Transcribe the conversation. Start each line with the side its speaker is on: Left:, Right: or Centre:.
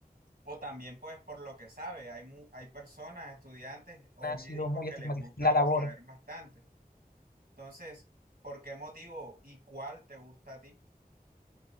Right: o también pues por lo que sabe, hay, mu- hay personas, estudiantes o
Left: Ha
Right: médicos
Left: sido muy
Right: que
Left: estigmatizada
Right: les gusta
Left: la labor.
Right: pues saber bastante. Entonces, ¿por qué motivo y cuál te gusta a ti?